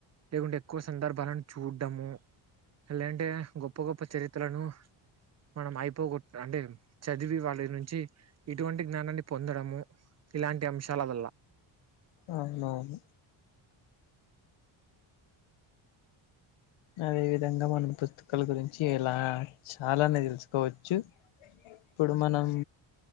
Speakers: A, on the right; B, on the left.
A: లేకుంటే ఎక్కువ సందర్భాలను చూడము. లే అంటే గొప్ప గొప్ప చరిత్రలను మనం అయిపో గొట్ అంటే చదివి వాళ్ళ నుంచి ఇటువంటి జ్ఞానాన్ని పొందడము ఇలాంటి అంశాల వల్ల
B: అవునవును అదే విధంగా మనం పుస్తకాల గురించి ఇలా చాలానే తెలుసుకోవచ్చు. ఇప్పుడు మనం